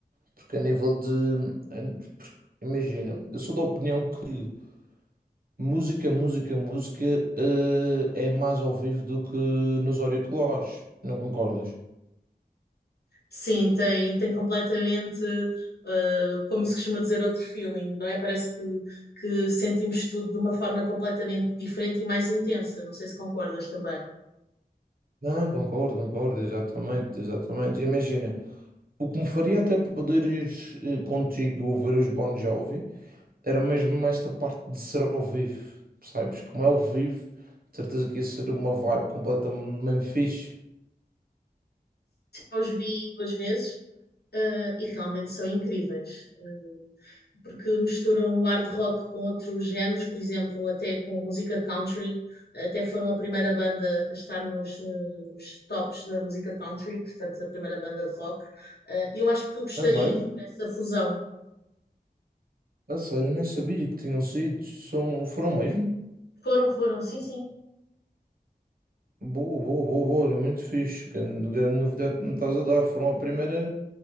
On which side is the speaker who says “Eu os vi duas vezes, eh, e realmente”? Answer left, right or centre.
Left